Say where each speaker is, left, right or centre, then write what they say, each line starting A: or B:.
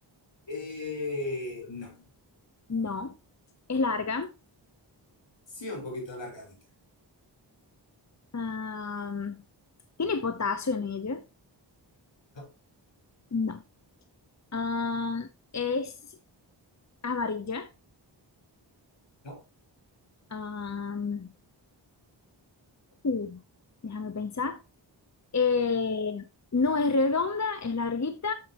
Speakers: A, on the left; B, on the left.
A: Eh, no.
B: No. ¿Es larga?
A: Sí, un poquito alargadita.
B: Am, ¿tiene potasio en ella?
A: No,
B: No. Am, ¿es amarilla?
A: no.
B: Am, uh, déjame pensar. Eh, no es redonda, es larguita.